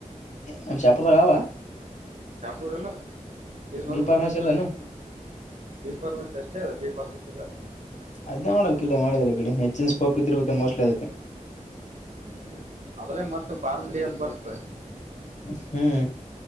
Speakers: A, on the left; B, on the right.
A: ನಮ್ಮ ಚಾಪರ್ದ ಕಾವ
B: ಕಾಪಡಲ್ಲ ದ
A: ಬಿ
B: ದ
A: ಫಾರ್ಮಸಿ
B: ದೆ
A: ಇಲ್ಲನ
B: ಡಿ ಫರ್ಮರ್ಸಿ ಅಲ್ಲ
A: ಅದ್ೇ ಮಾಡ್ಬೇಕಕ್ಿಲ್ಲ ಮಾಡಿದ್ರ ಕಡೆ ಹೆಚ್ಚಿನ ಸ್ಕೋಪ್ ಇದಿರ್ಬೇಕ ಮೋಸ್ಟ್ಲಿ ಅದಕ್ಕೆ
B: ಹ್ಮ್ ಆದ್ರೆ ಮತ್ತ ಪಾರದ ಬರ್ತಾರೆ
A: ಹ್ಮ್